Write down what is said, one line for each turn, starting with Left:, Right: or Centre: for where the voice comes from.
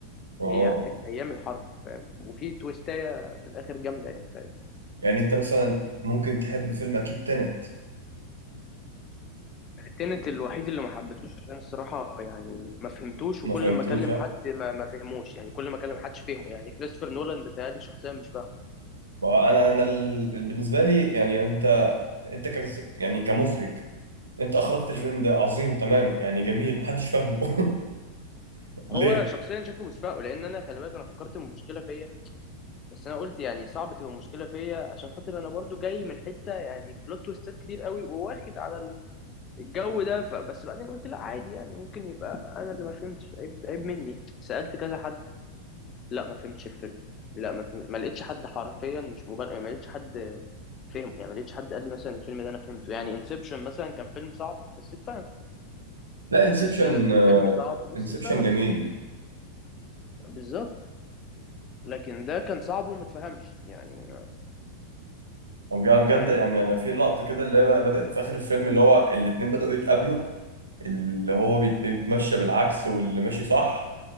Right: اه
Left: هي ايام الحرب فاهم وفي تويستايه في الاخر جامده يعني فاهم
Right: يعني انت مثلا ممكن تحب فيلم اكيد تنت
Left: تنت الوحيد اللي ما حبيتهوش عشان الصراحه يعني ما فهمتوش
Right: ما
Left: وكل
Right: فهمتوش
Left: ما اكلم
Right: ها
Left: حد ما ما فهموش يعني كل ما اكلم حدش فهمه يعني كريستوفر نولان بيتهيألي شخصيا مش فاهمه
Right: ما هو انا انا ال... بالنسبه لي يعني انت انت ك... يعني كمخرج انت اخرجت الفيلم
Left: مم.
Right: ده عظيم تمام يعني جميل محدش فاهمه <laughs> ليه
Left: هو شخصيا شكله مش فاهمه لان انا خلي بالك انا فكرت المشكله فيا بس انا قلت يعني صعب تبقى مشكله فيا عشان خاطر انا برضو جاي من حته يعني بلوت تويستات كتير قوي وواخد على الجو ده فبس بعدين قلت لا عادي يعني ممكن يبقى انا اللي ما فهمتش عيب عيب مني سالت كذا حد لا ما فهمتش الفيلم لا ما فهم... ما لقيتش حد حرفيا مش مبالغ ما لقيتش حد فهم يعني ما لقيتش حد قال لي مثلا الفيلم ده انا فهمته يعني انسبشن مثلا كان فيلم صعب بس اتفهم
Right: لا
Left: انترستيلر
Right: انسبشن
Left: كان فيلم صعب بس
Right: انسبشن
Left: اتفهم
Right: جميل
Left: بالظبط لكن ده كان صعب وما اتفهمش يعني
Right: يعني بجد
Left: فاهم
Right: يعني انا في لقطه كده اللي هي بقى بدات في اخر الفيلم اللي هو الاتنين بداوا يتقابلوا اللي هو بيت- بيتمشى بالعكس واللي ماشي صح